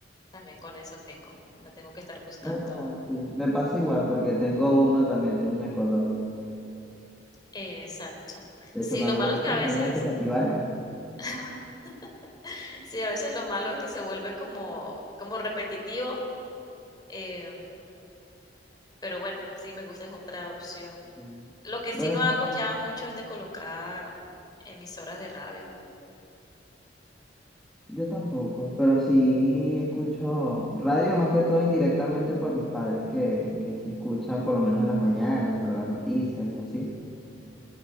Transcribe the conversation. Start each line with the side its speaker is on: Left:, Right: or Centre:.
Left: también con eso tengo, no tengo que estar buscando
Centre: Ah, sí, me pasa igual porque tengo uno también, tengo un Echo Dot.
Left: Exacto.
Centre: De
Left: Sí,
Centre: hecho, cuando
Left: lo malo
Centre: lo dijiste
Left: es que
Centre: me
Left: a veces
Centre: dio miedo que se activara. <laughs>
Left: <laughs> sí, a veces lo malo es que se vuelve como como repetitivo, eh, pero bueno, sí me gusta, es otra opción.
Centre: Sí.
Left: Lo que
Centre: Bueno,
Left: sí no hago ya mucho es de colocar emisoras de radio.
Centre: Yo tampoco, pero sí escucho radio más que todo indirectamente por mis padres que, que sí escuchan por lo menos en las mañanas para las noticias y así.